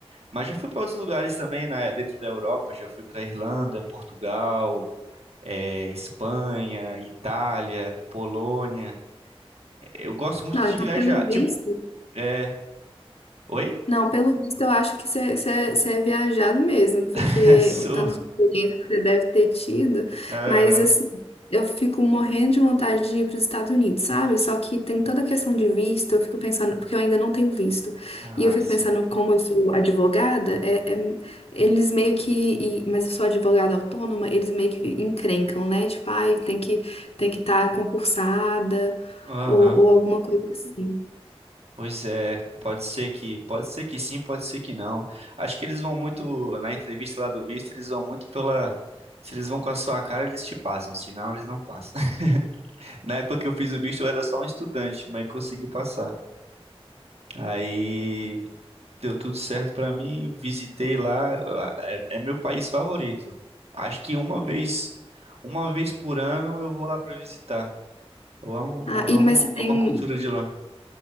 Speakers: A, on the right; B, on the left.
A: Mas já fui para outros lugares também, né, dentro da Europa, já fui para Irlanda, Portugal, é, Espanha, Itália, Polônia. Eu gosto muito
B: Não,
A: de
B: então
A: viajar.
B: pelo visto.
A: Tipo, é. Oi?
B: Não, pelo visto, eu acho que você você- você é viajado mesmo, porque
A: <laughs> Sou.
B: o tanto de experiência que você deve ter tido,
A: Aham.
B: mas assim, eu fico morrendo de vontade de ir para os Estados Unidos, sabe? Só que tem toda a questão de visto, eu fico pensando, porque eu ainda não tenho visto,
A: Ah,
B: e eu fico
A: sim.
B: pensando, como eu sou advogada, é, é- eles meio que, e- mas eu sou advogada autônoma, eles meio que encrencam, né? Tipo, ai, tem que tem que estar concursada,
A: Aham.
B: ou, ou alguma coisa assim.
A: Pois é, pode ser que, pode ser que sim, pode ser que não. Acho que eles vão muito, na entrevista lá do visto, eles vão muito pela, se eles vão com a sua cara, eles te passam, se não, eles não passam. <laughs> Na época que eu fiz o visto, eu era só um estudante, mas consegui passar. Aí deu tudo certo pra mim, visitei lá, é, é meu país favorito. Acho que uma vez, uma vez por ano eu vou lá pra visitar. Eu amo,
B: Ah, e,
A: amo,
B: mas você tem.
A: amo a cultura de lá.